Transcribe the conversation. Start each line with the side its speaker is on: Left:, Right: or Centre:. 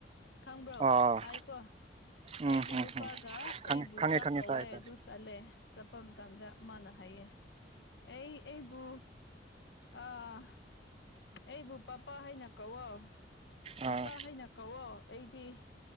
Left: ꯈꯪꯕ꯭ꯔꯣ
Right: ꯑꯥ
Left: ꯇꯥꯏꯀꯣ
Right: ꯎꯝ
Left: ꯑꯩꯒꯤ
Right: ꯍꯝ
Left: ꯅꯨꯄꯥꯒ
Right: ꯍꯝ ꯈꯪꯉꯦ
Left: ꯑꯩꯕꯨ
Right: ꯈꯪꯉꯦ
Left: ꯆꯥꯛ
Right: ꯈꯪꯉꯦ
Left: ꯀꯧꯋꯦ
Right: ꯇꯥꯏ ꯇꯥꯏ
Left: ꯑꯗꯨ ꯆꯠꯂꯦ ꯆꯠꯄ ꯃꯇꯝꯗ ꯃꯥꯅ ꯍꯥꯏꯌꯦ ꯑꯩ ꯑꯩꯕꯨ ꯑꯥ ꯑꯩꯕꯨ ꯄꯄꯥ ꯍꯥꯏꯅ ꯀꯧꯋꯣ
Right: ꯑꯥ
Left: ꯏꯄꯥ ꯍꯥꯏꯅ ꯀꯧꯣ ꯑꯩꯗꯤ